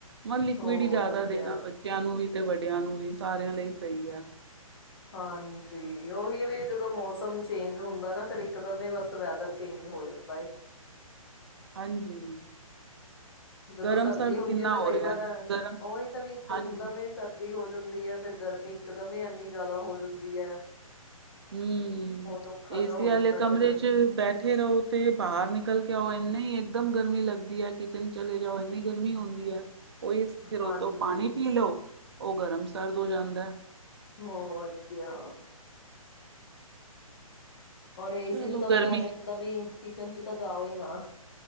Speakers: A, on the right; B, on the left.
A: ਮਤ ਲਿਕਿਡ
B: ਹੋਰ
A: ਜ਼ਿਆਦਾ ਦੇਣਾ
B: ਕਿਆ
A: ਬੱਚਿਆਂ ਨੂੰ ਵੀ ਤੇ ਵੱਡੇ ਬਚਿਆਂ ਨੂੰ ਵੀ ਸਾਰਿਆਂ ਲਈ ਸਹੀ ਹੈ।
B: ਹਾਂਜੀ ਉਹੀ ਹੈ ਵੀ ਜਦੋਂ ਮੌਸਮ ਚੇਂਜ ਹੁੰਦਾ ਨਾ ਫਿਰ ਇੱਕ ਦਮ ਹੀ ਬਸ ਵੈਦਰ ਚੇਂਜ ਹੋ ਜਾਂਦਾ ਏ।
A: ਹਾਂਜੀ।
B: ਜਦੋਂ
A: ਗਰਮ
B: ਸਰਦੀ
A: ਸਰਦ
B: ਹੁੰਦੀ
A: ਕਿੰਨਾ
B: ਆ ਤਾਂ
A: ਹੋ
B: ਕਈ
A: ਰਿਹਾ
B: ਵਾਰ
A: ਗਰਮ
B: ਉਹੀ ਤਾਂ ਵੀ ਇਕਦਮ
A: ਹਾਂਜੀ
B: ਹੀ ਸਰਦੀ ਹੋ ਜਾਂਦੀ ਹੈ ਫਿਰ ਗਰਮੀ ਇਕਦਮ ਹੀ ਇਨੀ ਜ਼ਿਆਦਾ ਹੋ ਜਾਂਦੀ ਹੈ।
A: ਹੂੰ
B: ਬਹੁਤ ਔਖਾ
A: ਏਸੀ
B: ਜਿਹਾ ਹੋ
A: ਵਾਲੇ
B: ਜਾਂਦਾ
A: ਕਮਰੇ
B: ਫਿਰ
A: ਚ ਬੈਠੇ ਰਹੋ ਤੇ ਬਾਹਰ ਨਿਕਲ ਕੇ ਆਓ ਇਨੇ ਨਹੀਂ ਇੱਕਦਮ ਗਰਮੀ ਲੱਗਦੀ ਹੈ ਕਿਚਨ ਚਲੇ ਜਾਓ ਇੰਨੀ ਗਰਮੀ ਹੁੰਦੀ ਹੈ। ਉਹੀ ਫਿਰ ਉਹ
B: ਹਾਂਜੀ
A: ਤੋਂ ਪਾਣੀ ਪੀ ਲਓ ਉਹ ਗਰਮ ਸਰਦ ਹੋ ਜਾਂਦਾ
B: ਹੋਰ ਕਿਆ ਔਰ ਏਸੀ
A: ਚਲੋ
B: ਚ ਤਾਂ
A: ਗਰਮੀ
B: ਫਿਰ ਐਵੇਂ ਵੀ ਕਿਚਨ ਚ ਤਾਂ ਜਾਓ ਨਾ।